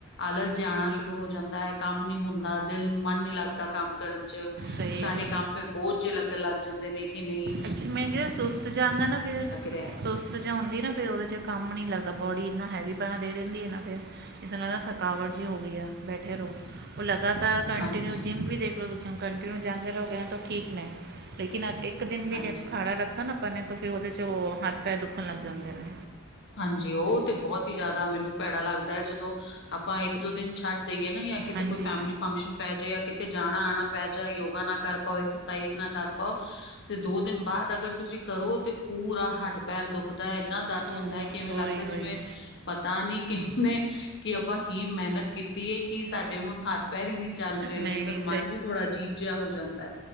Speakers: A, on the left; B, on the right.
A: ਆਲਸ ਜਾਣਾ ਸ਼ੁਰੂ ਹੋ ਜਾਂਦਾ ਏ, ਕੰਮ ਨੀ ਹੁੰਦਾ ਦਿਲ ਮਨ ਨਈ ਲੱਗਦਾ ਕੰਮ ਕਰਨ ਚ,
B: ਸਹੀ
A: ਸਾਰੇ ਕੰਮ ਫੇਰ ਬੋਝ ਜੇ ਲੱਗਣ ਲੱਗ ਜਾਂਦੇ ਨੇ ਕਿ ਨਈ
B: ਅਛਾ ਮੈਂ ਕਿਆ ਸੁਸਤ ਜਨਦਾ ਨਾ ਫਿਰ
A: ਰਿਹਾ
B: ਸੁਸ ਸਜਾਉਂਦੀ ਨਾ ਫਿਰ ਓਦੇ ਚ ਕੰਮ ਨੀ ਲੱਗਦਾ ਬੋਡੀ ਇੰਨਾ ਹੈਵੀ ਪਨਾ ਦੇ ਦਿੰਦੀ ਏ ਨਾ ਫਿਰ। ਇਸ ਨਾ ਥਕਾਵਟ ਜਿਹੀ ਹੋ ਗਈ ਐ, ਬੈਠੇ ਰਓ, ਓ ਲਗਾਤਾਰ ਕੰਟੀਨਿਊ
A: ਹਾਂਜੀ
B: ਜਿੰਮ ਵੀ ਦੇਖਲੋ ਤੁਸੀਂ ਕੰਟੀਨਿਊ ਜਾਂਦੇ ਰਉਗੇ ਠੀਕ ਨੇ, ਲੇਕਿਨ ਏਕ ਦਿਨ
A: ਹਾਂਜੀ
B: ਜ ਖਾੜਾ ਰਖਤਾ ਨਾ ਆਪਾਂ ਨੇ ਤੋ ਫਿਰ ਓਦੇ ਚ ਓ ਹੱਥ ਪੈਰ ਦੁੱਖਣ ਲੱਗ ਜਾਂਦੇ ਨੇ
A: ਹਾਂਜੀ ਓ ਤੇ ਬੋਤ ਈ ਜ਼ਿਆਦਾ ਮੈਨੂੰ ਭੈੜਾ ਲੱਗਦਾ ਏ ਜਦੋਂ, ਆਪਾਂ ਇੱਕ ਦੋ ਦਿਨ ਛੱਡ ਸਈ ਏ ਨਾ ਜਾਂ ਕਿਥੇ
B: ਹਾਂਜੀ
A: ਕੋਈ ਫੈਮਿਲੀ ਫੰਕਸ਼ਨ ਪੈ ਜੇ ਜਾਂ ਕਿੱਥੇ ਜਾਣਾ-ਆਣਾ ਪੈ ਜਾ ਯੋਗਾ ਨਾ ਕਰ ਪਾਓ ਐਕਸਰਸਾਈਜ਼ ਨਾ ਕਰ ਪਾਓ, ਤੇ ਦੋ ਦਿਨ ਬਾਦ ਅਗਰ ਤੁਸੀਂ ਕਰੋ ਤੇ ਪੂਰਾ ਹੱਡ ਪੈਰ ਦੁਖਦਾ ਇੰਨਾ ਦਰਦ
B: ਹੋਰ
A: ਹੁੰਦਾ ਕਿ ਏਵੇਂ
B: ਵਹੀ
A: ਲੱਗਦਾ
B: ਵਹੀ
A: ਜਿਵੇਂ ਪਤਾ ਨੀ ਕਿਹਨੇ, ਕਿ ਆਪਾਂ ਕੀ ਮਿਹਨਤ ਕੀਤੀ ਤੀ ਏ ਕਿ ਸਾਡੇ ਹੁਣ ਹੱਥ ਪੈਰ ਈ ਨੀ ਚੱਲ ਰਏ ਨੇ
B: ਨਹੀਂ
A: ਫਿਰ
B: ਨਹੀਂ
A: ਮਨ ਵੀ ਥੋੜਾ ਅਜੀਬ ਜਿਆ ਹੋ ਜਾਂਦਾ ਏ